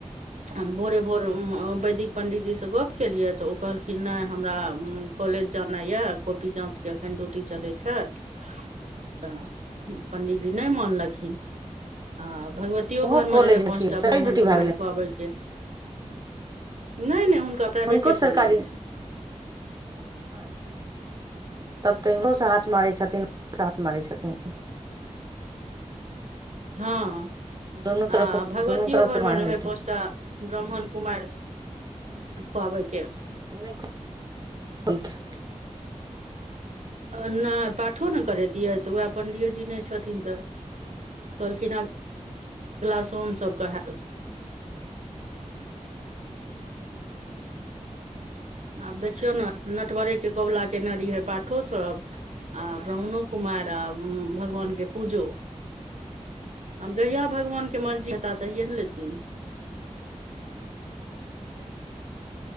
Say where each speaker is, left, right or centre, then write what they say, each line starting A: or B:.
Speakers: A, on the right; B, on the right.
A: तहन भोरे भोर उ वैदिक पण्डीजीसँ गप्प केलियै तऽ ओ कहलखिन नहि हमरा कॉलेज जानाय यऽ कॉपी जाँचके एखन ड्यूटी चलै छैय तऽ पण्डीजी नहि मानलखिन आ भगवत तीयो
B: ओहो
A: घर
B: कॉलेज
A: मे रहै पाँच
B: थिन
A: टा
B: सरकारी
A: ब्राह्मण
B: ड्यूटी
A: कुमारि
B: भए गेलै
A: खुआबय के नहि नहि हुनका प्राइवेटे
B: हुनको सरकारी
A: कॉलेजमे छै
B: अच्छ तब तऽ इम्हरो से हाथ मारै छथिन्ह ओम्हरो से हाथ मारै छथिन्ह
A: हँ
B: दुनू तरफ
A: आ
B: से
A: भगवतियो
B: दुनू तरफ से
A: घरमे
B: माय
A: रहै
B: होइ छै
A: पाँच टा ब्राह्मण कुमारि--खुआबैके
B: नहि <unintelligible>
A: ओ नहि पाठो ने करैतियै तऽ वैह पण्डियो जी नहि छथिन्ह तऽ कहलखिन आब--अगिला सोम सबके हैत आब देखियौ ने नटवरेके कबुला केने रहियै पाठो सभ आ ब्राह्मणो कुमारि आ भगवानके पूजो आब जहिया भगवानके मर्जी हेताह तहिये नऽ लेथिन